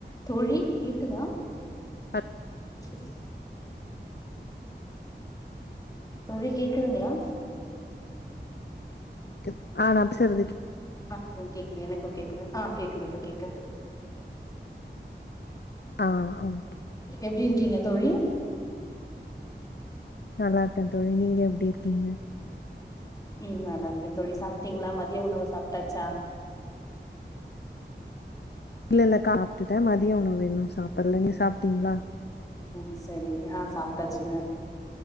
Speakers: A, on the left (about 20°); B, on the left (about 65°).
A: தோழி கேக்குதா
B: ஹலோ
A: சேர் தோழி கேக்குதுங்களா
B: துப் ஆனா நா பேசுறதுப்
A: ஆ கேக்குது எனக்கு கேக்குது ஆ கேக்குது இப்ப கேக்கற்து
B: ஆ ஓகே
A: எப்டி இருக்கீங்க தோழி
B: நல்லாருக்கே தோழி நீங்க எப்டி இருக்கீங்க
A: ம் நல்லாருக்கே தோழி சாப்ட்டீங்களா மதிய உணவு சாப்ட்டாச்சா
B: இல்லல்லக்கா சாப்ட்டுட்டே மதிய உணவு இன்னோ சாப்பல்ல நீ சாப்ட்டீங்களா
A: ம் சரி ஆ சாப்ட்டாச்சுங்க